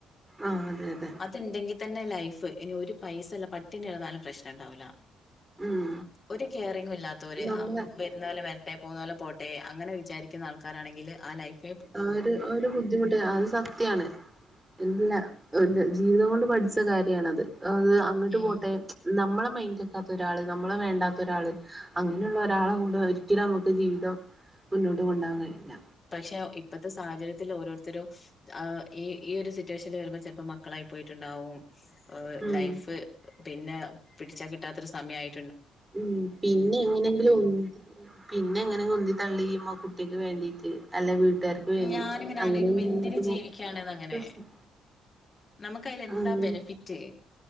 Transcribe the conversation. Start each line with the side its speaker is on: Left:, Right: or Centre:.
Right: ആ അതെന്നെ
Left: അതുണ്ടെങ്കിൽ തന്നെ ലൈഫ് ഇനി ഒരു പൈസല്ല പട്ടിണി കെടന്നാലും പ്രശ്നം ണ്ടാവൂല്ല
Right: ഉം
Left: ഒരു കെയറിങ്ങുല്ലാത്തോര്
Right: നമ്മളെ
Left: വെരുന്നോലെ വെരട്ടെ പോന്നോലെ പോട്ടെ അങ്ങനെ വിചാരിക്കുന്ന ആൾക്കാരാണെങ്കിൽ ആ ലൈഫ്
Right: ആഹ് ഒര് ഒരു ബുദ്ധിമുട്ടെ അത് സത്യാണ് ഇല്ല ഒന്ന് ജീവിതം കൊണ്ട് പഠിച്ച കാര്യാണത് അത് അങ്ങട്ട്
Left: ഉം.
Right: പോട്ടെ നമ്മളെ മൈന്റക്കാത്ത ഒരാള് നമ്മളെ വേണ്ടാത്ത ഒരാള് അങ്ങനെയുള്ള ഒരാളെ കൂടെ ഒരിക്കലും അമ്മക്ക് ജീവിതം മുന്നോട്ട് കൊണ്ടോവാ കഴിയില്ല
Left: പക്ഷേ ഇപ്പത്തെ സാഹചര്യത്തില് ഓരോരുത്തരും ആഹ് ഈ ഈ ഒരു സിറ്റുവേഷന്ല് വരുമ്പോ ചെലപ്പം മക്കളായി പോയിട്ണ്ടാവും ഓഹ്
Right: ഉം
Left: ലൈഫ് പിന്നെ പിടിച്ചാ കിട്ടാത്ത ഒരു സമയായി
Right: ഉം പിന്നെ എങ്ങനെങ്കിലും ഒന് പിന്നെ എങ്ങനെങ്കിലും ഉന്തി തള്ളി മോ കുട്ട്യക്ക് വേണ്ടിയിട്ട് അല്ലെ വീട്ടാര്ക്ക് വേണ്ടിട്ട്
Left: ഞാനിങ്ങനെ
Right: അങ്ങനെ
Left: ആലോചിക്കുമ്പോ
Right: ഇങ്ങനെ
Left: എന്തിന്
Right: മുന്നോട്ട്
Left: ജീവിക്കാണ്ന്ന്
Right: പോവും
Left: അങ്ങനെ
Right: പ്രശ്നം
Left: നമുക്ക് അതിൽ എന്താ
Right: അങ്ങനെ
Left: ബെനിഫിറ്റ്